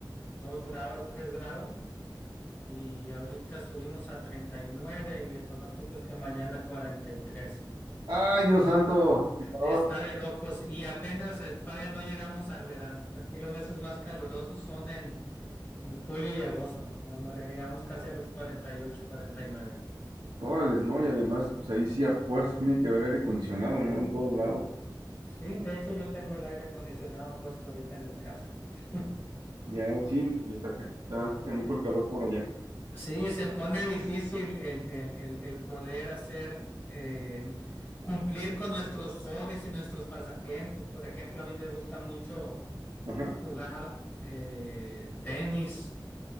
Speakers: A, on the left (about 25°); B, on the right (about 80°).
A: 2 grados, 3 grados, y ahorita subimos a treinta y nueve y el pronóstico es que mañana 43.
B: Ay, Dios santo, qué calor.
A: Está de locos y apenas eh, todavía no llegamos al verano. Aquí los meses más calurosos son en, en julio y agosto, cuando le llegamos casi a los 48, 49.
B: Órales, ¿no? Y además, pues ahí sí a fuerza tiene que haber aire acondicionado, ¿no? En todos lados.
A: Sí, de hecho yo tengo el aire acondicionado puesto ahorita en mi casa. <laughs>
B: Ya, sí, y está, ca- está canijo el calor por allá.
A: Sí, se pone difícil el, el- el- el poder hacer, eh, cumplir con nuestros hobbies y nuestros pasatiempos. Por ejemplo, a mí me gusta mucho
B: Ajá,
A: jugar eh, tenis.